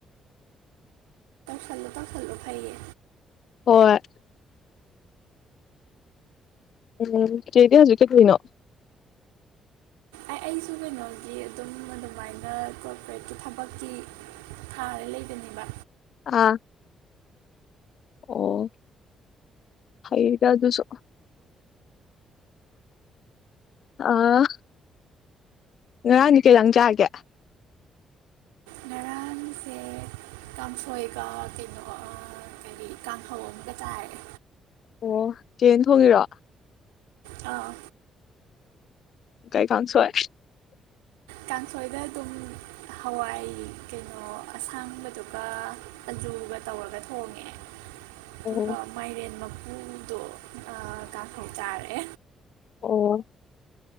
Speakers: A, on the right; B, on the left.
A: ꯀꯩꯅꯣ ꯇꯧꯁꯤꯜꯂꯨ ꯐꯩꯌꯦ
B: ꯍꯣꯢ ꯑꯦꯜ ꯑꯦꯝ ꯆꯦꯗꯤ ꯍꯧꯖꯤꯛ ꯀꯩꯗꯣꯢꯅꯣ
A: ꯑꯩꯁꯨ ꯀꯩꯅꯣꯒꯤ ꯑꯗꯨꯝ ꯑꯗꯨꯃꯥꯏꯅ ꯀꯣꯔꯄꯣꯔꯦꯠꯀꯤ ꯊꯕꯛꯀꯤ ꯊꯥꯔ ꯂꯩꯕꯅꯦꯕ
B: ꯑꯥ ꯑꯣ ꯐꯩꯗ ꯑꯗꯨꯁꯨ ꯑꯥ ꯉꯔꯥꯡꯗꯤ ꯀꯩ ꯏꯟꯖꯥꯡ ꯆꯥꯒꯦ
A: ꯉꯔꯥꯡꯁꯦ ꯀꯥꯡꯁꯣꯏꯒ ꯀꯩꯅꯣꯒ ꯑꯥ ꯀꯥꯡꯍꯧ ꯑꯃꯒ ꯆꯥꯏꯌꯦ
B: ꯑꯣ ꯆꯦꯅ ꯊꯣꯡꯉꯤꯔꯣ
A: ꯑꯥ
B: ꯀꯩ ꯀꯥꯡꯁꯣꯏ
A: ꯀꯥꯡꯁꯣꯏꯗ ꯑꯗꯨꯝ ꯍꯋꯥꯏ ꯀꯩꯅꯣ ꯑꯁꯥꯡꯕꯗꯨꯒ ꯑꯖꯨꯒ ꯇꯧꯔꯒ ꯊꯣꯡꯉꯦ ꯑꯗꯨꯒ
B: ꯑꯣ
A: ꯃꯥꯏꯔꯦꯟ ꯃꯀꯨꯗꯣ ꯑꯥ ꯀꯥꯡꯍꯧ ꯆꯥꯔꯦ
B: ꯑꯣ